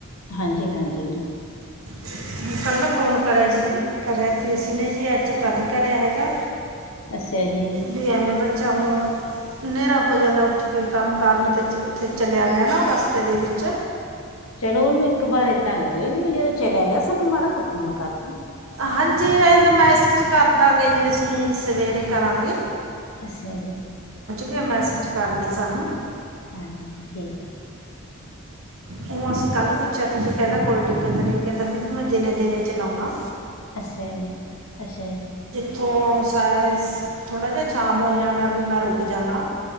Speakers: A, on the left (about 85°); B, on the right (about 80°).
A: ਹਾਂਜੀ ਹਾਂਜੀ।
B: ਹ ਕੱਲ ਫੋਨ ਕਰਿਆ ਜੀ ਕਰਿਆ ਤੇ ਅਸੀਂ ਨੇ ਜੀ ਅੱਜ ਤਾ ਨਹੀਂ ਕਰਿਆ ਹੈਗਾ।
A: ਅੱਛਾ ਜੀ,
B: ਵੀ ਐਵੇਂ ਬੱਚਾ ਹੁਣ ਹਨੇਰਾ ਹੋ ਜਾਂਦਾ ਉੱਠ ਕੇ ਕੰਮ ਕਰਨ ਤੇ ਉੱਥੇ ਚਲਿਆ ਗਿਆ ਨਾ ਰਸਤੇ ਦੇ ਵਿੱਚ
A: ਚਲੋ ਉਹਨੂੰ ਇੱਕ ਵਾਰ ਏਦਾਂ ਕ ਦ ਜਦੋਂ ਚਲਿਆ ਗਿਆ ਸਾਨੂੰ ਮਾੜਾ ਕੇ ਫੋਨ ਕਰਦੀ।
B: ਹਾਂਜੀ ਇਹ ਤਾਂ ਮੈਸੇਜ ਕਰਦਾਂਗੇ ਜੀ ਅਸੀਂ ਸਵੇਰੇ ਕਰਾਂਗੇ।
A: ਅੱਛਾ ਜੀ।
B: ਗਿਆ ਮੈਸਜ ਕਰਦੀ ਸਾਨੂੰ
A: ਹਾਂਜੀ ਹਾਂ ਠੀਕ ਹੈ ਜੀ।
B: ਉਹ ਅਸੀਂ ਕੱਲ ਪੁੱਛਿਆ ਤੀਜੀ ਕਹਿੰਦਾ ਕੋਈ ਦਿੱਕਤ ਨ ਕਹਿੰਦਾ ਵੀ ਮੈਂ ਦਿਨੇ ਦਿਨੇ ਚਲਾਉਣਾ
A: ਅੱਛਿਆ ਜੀ ਅੱਛਿਆ ਜੀ,
B: ਉਥੋਂ ਸਾਰਾ ਥੋੜਾ ਜਿਹਾ ਸ਼ਾਮ ਹੋ ਜਾਂਦਾ ਵੀ ਮੈਂ ਰੁਕ ਜਾਂਦਾ।